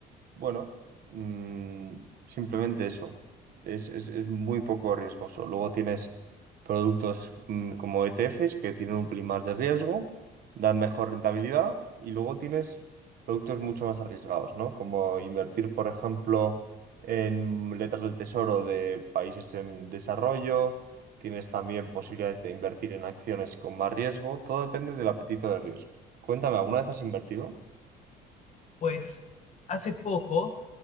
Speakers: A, on the right; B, on the left.
A: bueno, mm, simplemente eso. Es, es- es muy poco riesgoso. Luego tienes productos mm, como ETFs que tienen un pelín más de riesgo, dan mejor rentabilidad y luego tienes productos mucho más arriesgados, ¿no? Como invertir, por ejemplo, en letras del tesoro de países en desarrollo. Tienes también posibilidades de invertir en acciones con más riesgo. Todo depende del apetito de riesgo. Cuéntame, ¿alguna vez has invertido?
B: Pues hace poco